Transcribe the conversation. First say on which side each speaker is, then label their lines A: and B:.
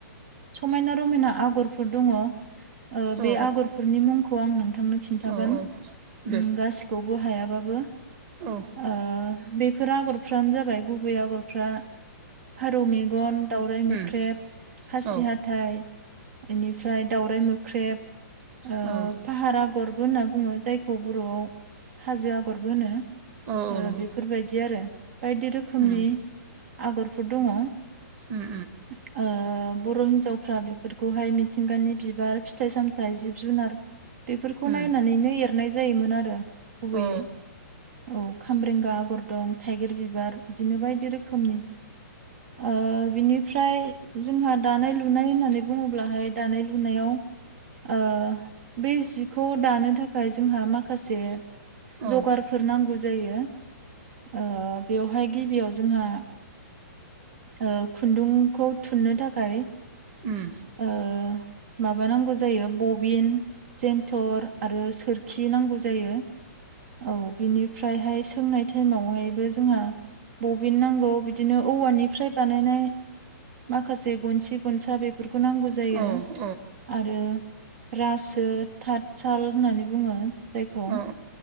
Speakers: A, on the right (about 55°); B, on the right (about 35°).
A: समायना रमायना आगरफोर दङ ओ बे
B: औ
A: आगरफोरनि मुंखौ आं नोंथांनो खिन्थागोन
B: औ औ दे
A: गासै गखौबो हायाबाबो
B: औ
A: ओ बेफोर आगरफ्रानो जाबाय गुबै आगरफ्रा फारौ मेगन दाउराइ मोख्रेब
B: मेगन उम
A: खासि
B: औ उम
A: हाथाइ बेनिफ्राय दाउराइ मोख्रेब ओ
B: औ
A: फाहार आगरबो होनना बुङो जायखौ बर'आव हाजो आगरबो होनो।
B: औ नंगौ
A: ओ बेफोरबायदि आरो बायदि रोखोमनि
B: उम
A: आगरफोर दङ। <inaudible>
B: उम
A: ओ बर' हिन्जावफ्रा बेफोरखौहाय मिथिंगानि बिबार फिथाइ सामथाइ जिब जुनार बेफोरखौ
B: उम
A: नायनानैनो
B: उम
A: एरनाय जायोमोन आरो गुबैयै।
B: औ
A: औ खामब्रेंगा आगर दं थाइगिर बिबार बिदिनो बायदि रोखोमनि। ओ बिनिफ्राय जोंहा दानाय लुनाय होननानै बुङोब्लाहाय दानाय लुनायाव ओ बे जिखौ दानो थाखाय जोंहा माखासे
B: औ उम औ
A: जगारफोर
B: औ औ
A: नांगौ जायो ओ बेवहाय गिबियाव जोंहा ओ खुन्दुंखौ थुननो थाखाय
B: उम।
A: ओ माबा नांगौ जायो बबिन जेन्थर आरो सोरखि नांगौ जायो। औ बिनिफ्रायहाय सोंनाय टाइमावहायबो जोंहा बबिन नांगौ बिदिनो औवानिफ्राय बानायनाय माखासे गनसि गनसा बेफोरखौ नांगौ जायो।
B: औ औ
A: आरो रासो थाथसााल होननानै बुङो जायखौ
B: औ